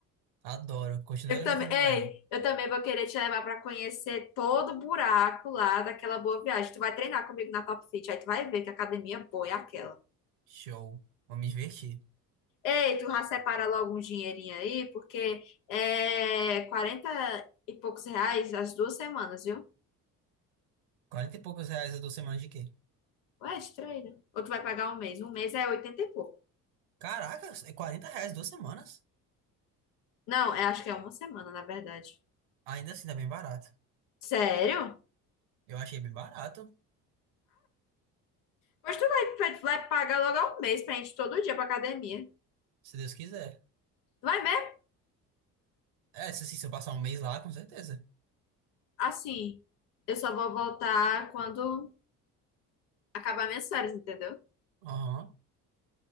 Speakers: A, on the right; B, on the left.
A: adoro. Continue
B: Eu
A: alimentando
B: também,
A: meu
B: ei,
A: ego.
B: eu também vou querer te levar para conhecer todo o buraco lá daquela boa viagem. Tu vai treinar comigo na Top Fit, aí tu vai ver que academia boa é aquela.
A: Show. Vou me divertir.
B: Ei, tu já separa logo um dinheirinho aí, porque é 40 e poucos reais as duas semanas, viu?
A: quarenta e poucos reais a duas semanas de quê?
B: Ou é de treino? Ou tu vai pagar um mês? Um mês é 80 e pouco.
A: Caraca, é 40 reais duas semanas?
B: Não, é, acho que é uma semana, na verdade.
A: Ainda assim, tá bem barato.
B: Sério?
A: Eu achei bem barato,
B: mas tu vai, vai pagar logo um mês pra gente ir todo dia pra academia.
A: se Deus quiser.
B: Vai mesmo?
A: É, se, assim, se eu passar um mês lá, com certeza.
B: Assim, eu só vou voltar quando. acabar minhas férias, entendeu?
A: Aham,